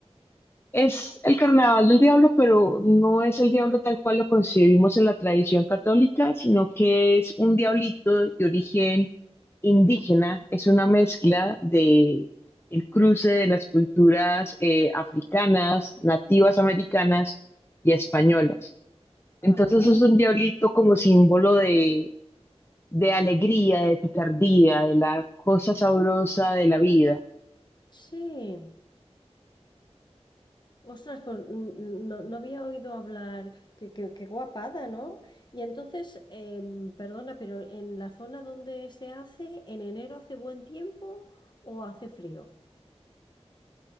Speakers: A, on the left; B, on the left.
A: Es el carnaval del diablo, pero no es el diablo tal cual lo concebimos en la tradición católica, sino que es un diablito de origen indígena, es una mezcla de el cruce de las culturas eh, africanas, nativas americanas y españolas.
B: Ajá.
A: Entonces es un diablito como símbolo de, de alegría, de picardía, de la cosa sabrosa de la vida.
B: Sí. Ostras, pues mm, no, no había oído hablar, qué, qué- qué guapada, ¿no? Y entonces, em, perdona, pero ¿en la zona donde se hace, en enero hace buen tiempo o hace frío?